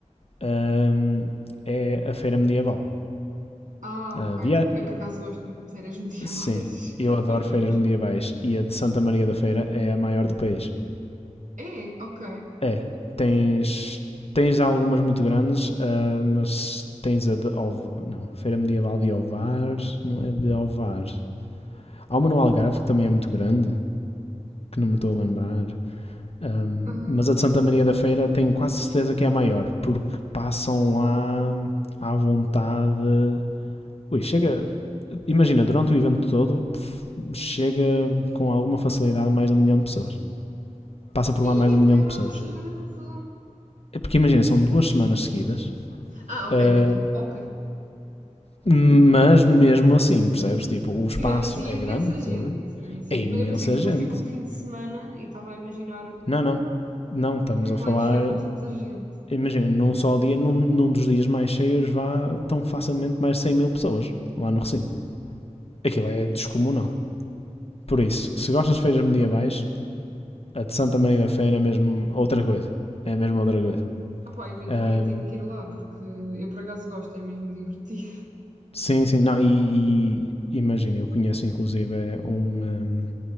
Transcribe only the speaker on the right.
Ah,
ok.
Eu por acaso gosto muito de feiras medievais.
<laughs> É tão
giro.
É, ok.
Ah,
Ia,
caraças,
grande confusão.
Ah, ok,
muito tempo. Ok.
Sim, mesmo assim
é imensa
gente,
É imensa
gente.
Mas eu pensei que
fosse tipo um fim de semana e estava a imaginar
como é
que
lá enfiavam tanta gente.
Ah, pá, eventualmente
tenho que ir lá porque eu por acaso gosto, é mesmo divertido. <laughs>